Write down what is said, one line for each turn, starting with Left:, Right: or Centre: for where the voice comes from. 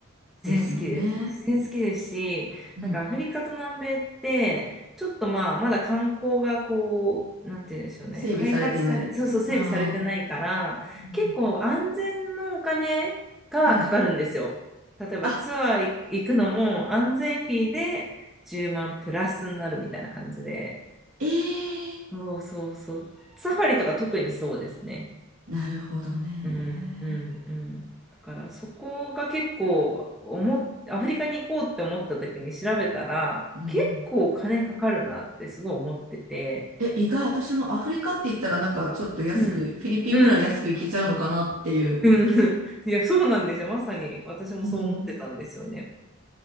Centre: 自然好きです。
Right: ですもんね。
Centre: 自然好きですし、
Right: うん。
Centre: なんかアフリカと南米って、ちょっとまあ、まだ観光がこう、なんて言うんでしょうね、
Right: 整備されてない。
Centre: 開発され、そうそう、整備されてないから、
Right: ああ。うん
Centre: 結構安全のお金がかかるんですよ。
Right: うんはい。
Centre: 例えばツアーい行くのも安全フィーで10万プラスになるみたいな感じで。
Right: あ、ええ
Centre: そうそうそう。サファリとか特にそうですね。
Right: なるほどね。
Centre: うんうんうんだからそこが結構思っアフリカに行こうって思った時に調べたら結構お金かかるなってすごい思ってて
Right: うんうん。え、意外、私もアフリカって言ったらなんかちょっと安く、
Centre: うん
Right: フィリピンぐらい安く行けちゃうのかなっていう。
Centre: うんうんうんいやそうなんですよまさに私もそう思ってたんですよね
Right: うん。